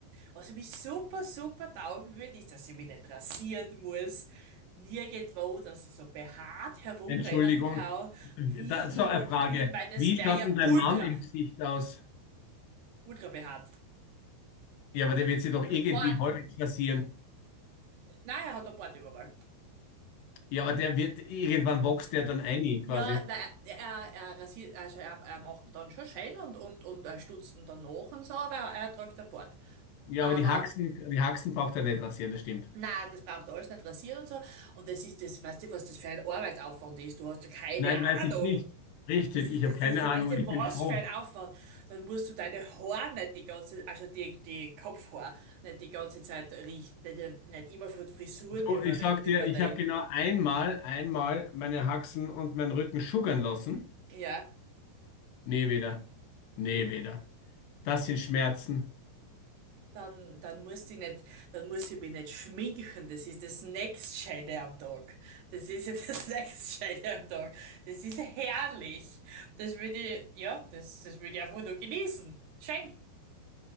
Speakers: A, on the right (about 65°); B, on the left (about 75°).
A: was mich super, super taugen würde, ist, dass ich mich nicht rasieren muss. Nirgendwo, dass ich so behaart herumrennen
B: Entschuldigung.
A: kann, wie
B: Da, so
A: ich
B: eine
A: halt
B: Frage.
A: bin, weil das
B: Wie
A: wäre
B: schaut
A: ja
B: denn dein
A: ultra,
B: Mann im Gesicht aus?
A: ultra behaart.
B: Ja, aber der wird sich doch irgendwie
A: Mit Bart,
B: häufig rasieren.
A: nein, er hat einen Bart überall.
B: Ja, aber der wird, irgendwann wächst der dann ein,
A: Ja,
B: quasi.
A: na, er, er, er rasiert, also er, er macht ihn dann schon schön und, und, und er stutzt ihn dann nach und so, aber er trägt einen Bart.
B: Ja,
A: Aber
B: aber die Haxen, die Haxen braucht er nicht rasieren, das stimmt.
A: Na, das braucht alles nicht rasieren und so. Und das ist das, weißt du, was das für ein Arbeitsaufwand ist? Du hast ja keine
B: Nein, weiß
A: Ahnung.
B: ich nicht. Richtig,
A: Das ist,
B: ich habe
A: das
B: keine
A: ist, ja,
B: Ahnung
A: weißt
B: und
A: du,
B: ich
A: was
B: bin froh.
A: für ein Aufwand. Dann musst du deine Haare nicht die ganze, also die, die Kopfhaare nicht die ganze Zeit richten, nicht, nicht immer von Frisuren
B: Du,
A: über,
B: ich sag dir,
A: überlegen.
B: ich habe genau einmal, einmal meine Haxen und meinen Rücken schuggern lassen.
A: Ja.
B: Nee, wieder. Nee, wieder. Das sind Schmerzen.
A: Dann, dann muss ich nicht, dann muss ich mich nicht schminken. Das ist das nächstscheide am Tag. Das ist ja das <laughs> nächstscheide am Tag. Das ist ja herrlich. Das würde ich, ja, das, das würde ich einfach nur genießen. Schön.